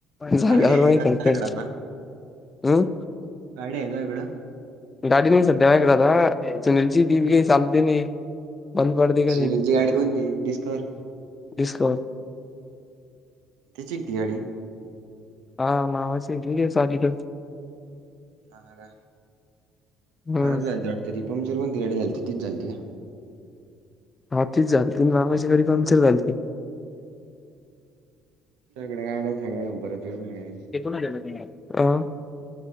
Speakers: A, on the left; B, on the right.
A: झाल्यावर
B: गाडी आहे
A: मग
B: का
A: काय
B: तुझ्याकडं
A: पाहिजे
B: आता?
A: हम्
B: गाडी हाय तुझ्याकडं?
A: गाडी नाही सध्या दादा सुनील ची आहे ती चालती नाही बंद पडते कधी
B: सुनील ची गाडी कोणती डिस्कवर
A: डिस्कवर
B: त्याची आहे ती गाडी
A: हा मामाची एक घेऊंदे साधीत
B: ह का
A: हम्म
B: खराब झाली वाटत ती पंक्चर कोणती गाडी झालती तीच गाडी झालती का?
A: हा तीच झालती, आणि मामाची गाडी पंक्चर झालती.
B: सगळ्या गाड्या सगळ्या नंबरच्या नाहीत.
A: <unintelligible>